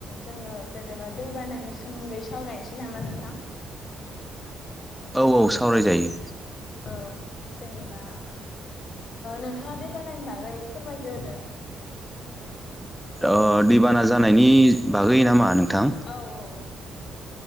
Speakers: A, on the left; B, in the centre.
A: जोंङो जेनेबा दै बानायनि सोमोन्दै सावरायनोसै नामा नोंथां। <unintelligible>
B: औ औ सावरायजायो।
A: औ जेनेबा नोंथाङा दै बानायानि बागै फोरमायग्रोदो।
B: ओ दैबाना जानायनि बागै नामा नों नोंथां।
A: औ औ